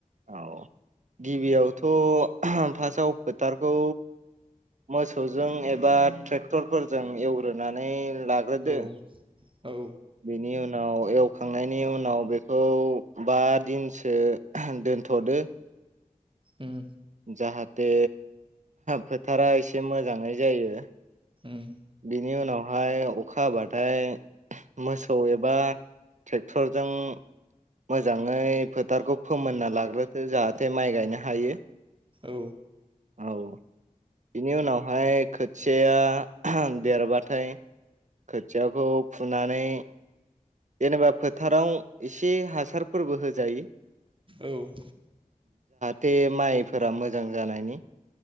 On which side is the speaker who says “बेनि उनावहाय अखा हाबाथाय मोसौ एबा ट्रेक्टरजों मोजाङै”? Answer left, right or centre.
Right